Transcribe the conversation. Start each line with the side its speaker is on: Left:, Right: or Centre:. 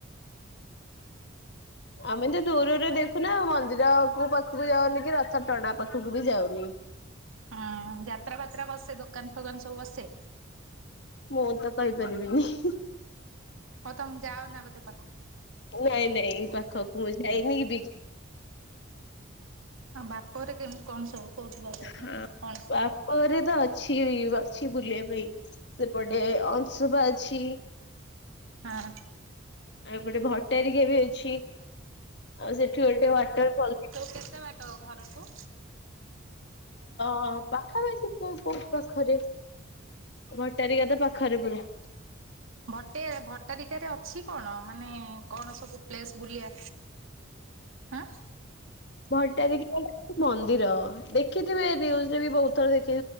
Left: ଆମେ ତ ଦୂରରୁ ଦେଖୁନା ମନ୍ଦିର କୋଉ ପାଖକୁ ଯାଉନି କି ରଥ ଟଣା ପାଖକୁ ବି ଯାଉନି। ହ <unintelligible>
Right: ହଁ ଯାତ୍ରା ଫାତ୍ରା ବସେ ଦୋକାନ ଫୋକାନ ସବୁ ବସେ?
Left: ମୁଁ ତ କହିପାରିବିନି ହ୍ନି ହ୍ନି
Right: ହଉ ତମ ଯଅ ନା ବଧେ
Left: ନାଇଁ-ନାଇଁ ପାଖକୁ ମୁଁ ଯାଇନି। ବି
Right: ଆଉ ବାପ ଘରେ କେମତି କଣ ସବୁ? କୋଉଠି ଭଲ
Left: ଅ
Right: ହୁଏ
Left: ହ
Right: କଣ?
Left: ବାପଘରେ ଅଛି-ଅଛି ବୁଲିବା ପାଇଁ ସେପଟେ ଅଂଶୁପା ଅଛି।
Right: ହଁ।
Left: ଆଉ ଏପଟେ ଭଟାରିକା ବି ଅଛି, ଆଉ ସେଠି ଗୋଟେ ୱାଟରଫଲ
Right: କେତେ ବାଟ ଘରଠୁ?
Left: ହଁ ପାଖାପାଖି କୋଉକୋଉ ପାଖରେ ଭଟାରିକା ତ ପାଖରେ ପୁରା।
Right: ଭଟେ ଭଟାରିକାରେ ଅଛି କଣ ମାନେ କଣ ସବୁ ପ୍ଲେସ ବୁଲିଆ ଆଁ।
Left: ଭଟରିକା ମନ୍ଦିର ଦେଖିଥିବେ ନ୍ୟୁଜରେ ବି ବହୁତ ଥର ଦେଖିି